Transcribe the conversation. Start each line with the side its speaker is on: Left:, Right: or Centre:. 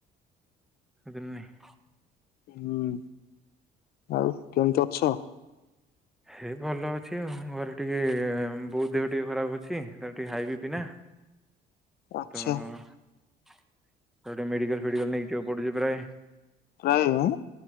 Centre: <unintelligible>
Left: ହୁଁ ଆଉ କେମିତି ଅଛ?
Centre: ହେଇ ଭଲ ଅଛି ଆଉ ଘରେ ଟିକେ ବୋଉ ଦେହ ଟିକେ ଖରାପ ଅଛି। ଛି ତାର ଟିକେ ହାଇ ବି ପି ନା
Left: ଆଚ୍ଛା
Centre: ତ ତାକୁ ଟିକେ ମେଡିକାଲ ଫେଡିକାଲ ନେଇକି ଯିବାକୁ ପଡୁଛି ପ୍ରାୟ।
Left: ନାଇଁ ମ।